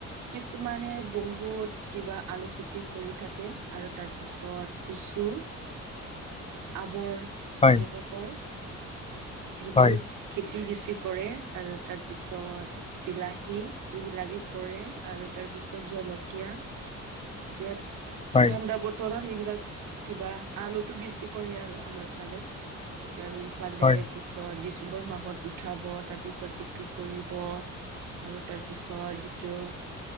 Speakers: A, on the right (about 85°); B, on the left (about 20°).
A: কিছুমানে বহুত কিবা আলু খেতি কৰি থাকে। আৰু তাৰ পিছত কুচু আৱৰ
B: হয়
A: এনেকুৱা কয় সেইটোত
B: হয়
A: খেতি বেছি কৰে। আৰু তাৰ পিছত বিলাহী এইবিলাকে কৰে আৰু তাৰ পিছত জলকীয়া
B: <inaudible>
A: ইয়াত
B: হয়
A: ঠাণ্ডা বতৰৰ এইবিলাক কিবা আলুতটো বেছি। কৰে আৰু আমাৰ ফালে এতিয়া আৰু ইফালে
B: হয়
A: পিছত ডিচেম্বৰ মাহত উঠাব তাৰপিছত বিক্ৰী কৰিব আৰু তাৰপিছত সিটো